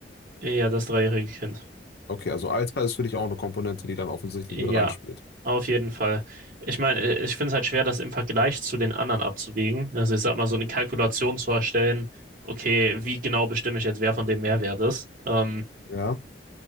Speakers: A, on the right; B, on the left.
A: ja, das dreijährige Kind.
B: Okay, also Alter ist für dich auch eine Komponente, die dann offensichtlich
A: Ja.
B: mit reinspielt.
A: Auf jeden Fall. Ich meine, äh, ich finde es halt schwer, das im Vergleich zu den anderen abzuwägen. Also ich sag mal, so eine Kalkulation zu erstellen, okay, wie genau bestimme ich jetzt, wer von dem Mehrwert ist. Ähm,
B: Ja,